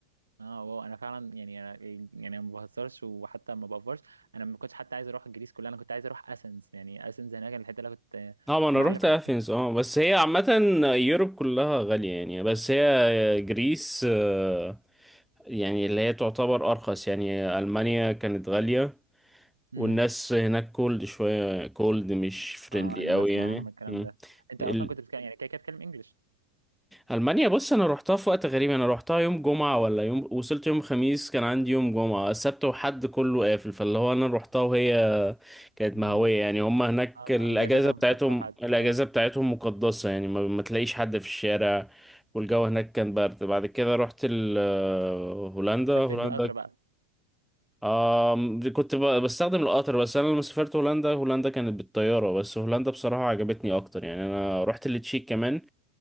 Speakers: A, on the right (about 75°); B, in the centre.
A: اه واو انا فعلا يعني أنا يعني أنا ما بهزرش وحتى ما بافرش انا ما كنتش حتى عايز اروح الجريس كلها انا كنت عايز اروح اسنس يعني اسنس هناك الحته اللي أنا كنت آه،
B: اه ما انا
A: معلم
B: رحت اثينز
A: عنها.
B: اه بس هي عامة يوروب كلها غالية يعني بس هي جريس آه، يعني اللي هي تعتبر ارخص يعني المانيا كانت غالية
A: امم
B: والناس هناك كولد شوية كولد مش فريندلي
A: اه انا
B: قوي
A: بسمع
B: يعني
A: انا من الكلام
B: مم.
A: ده انت
B: ال...
A: اصلا كنت بتتكلم يعني كده كده بتتكلم انجلش
B: ألمانيا بص أنا روحتها في وقت غريب أنا روحتها يوم جمعة ولا يوم وصلت يوم خميس كان عندي يوم جمعة السبت وحد كله قافل فاللي هو أنا روحتها وهي كانت
A: مم.
B: مهوية يعني هما هناك
A: اه
B: الأجازة
A: اجازات يوم
B: بتاعتهم
A: سبت وحد
B: الأجازة
A: اه
B: بتاعتهم مقدسة يعني ما, ما تلاقيش حد في الشارع والجو هناك كان برد بعد كده رحت ال... آه، هولندا هولندا
A: لفيت بالقطر بقى
B: آم دي كنت ب- بستخدم القطر بس انا لما سافرت هولندا هولندا كانت بالطياره بس هولندا بصراحه عجبتني اكتر يعني انا رحت التشيك كمان